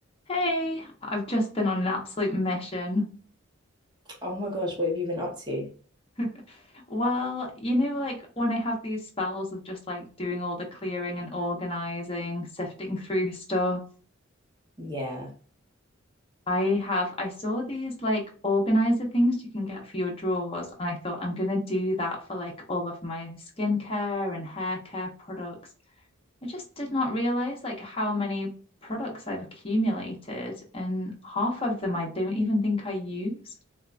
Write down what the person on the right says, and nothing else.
Oh my gosh, what have you been up to?
Yeah.